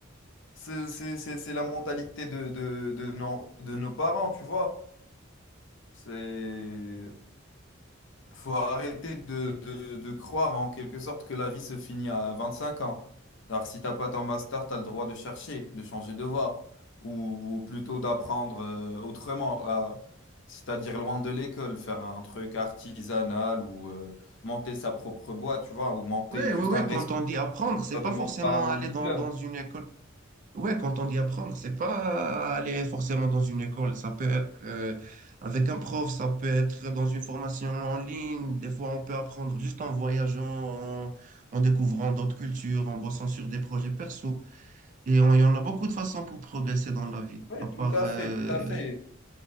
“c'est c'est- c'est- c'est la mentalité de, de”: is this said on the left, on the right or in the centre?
Left